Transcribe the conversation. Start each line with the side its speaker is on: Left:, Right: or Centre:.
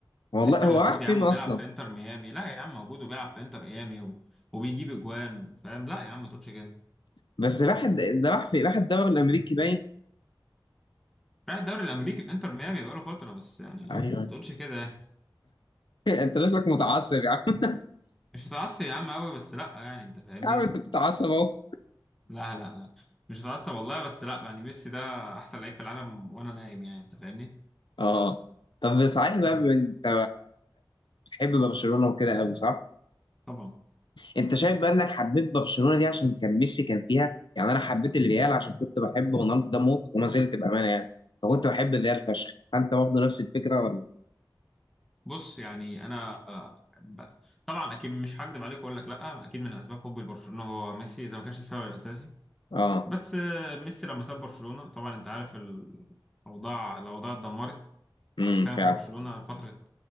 Left: والله
Centre: ميسي
Left: هو
Centre: موجود
Left: راح
Centre: يا
Left: فين
Centre: عم وبيلعب
Left: اصلا
Centre: في انتر ميامي لا يا عم موجود وبيلعب في انتر ميامي و... وبيجيب اجوان فاهم لا يا عم ما تقولش كده
Left: بس راح الد- ده راح فين راح الدوري الامريكي باين
Centre: رايح الدوري الامريكي في انتر ميامي بقاله فتره بس يعني
Left: ايوه
Centre: ما
Left: <laughs>
Centre: تقولش كده
Left: انت شكلك متعصب يا عم
Centre: مش متعصب يا عم قوي بس لا يعني انت
Left: <laughs>
Centre: فاهمني
Left: يا عم انت بتتعصب اهو
Centre: لا لا لا مش متعصب والله بس لا يعني ميسي ده احسن لعيب في العالم وانا نايم يعني انت فاهمني
Left: <laughs> اه طب صحيح بقى بما إن انت بتحب برشلونه وكده قوي صح؟
Centre: طبعا
Left: انت شايف بقى انك حبيت برشلونه دي عشان كان ميسي كان فيها يعني انا حبيت الريال عشان كنت بحب رونالدو ده موت وما زلت بامانه يعني فكنت بحب الريال فشخ فانت برضه نفس الفكره ولا
Centre: بص يعني انا ب... طبعا اكيد مش هكدب عليك واقول لك لا اكيد من اسباب حبي لبرشلونه هو ميسي اذا ما كانش السبب الاساسي
Left: اه
Centre: بس آه، ميسي لما ساب برشلونة طبعا انت عارف الاوضاع الاوضاع اتدمرت
Left: امم
Centre: حرفيا
Left: فعلا
Centre: في برشلونة فترة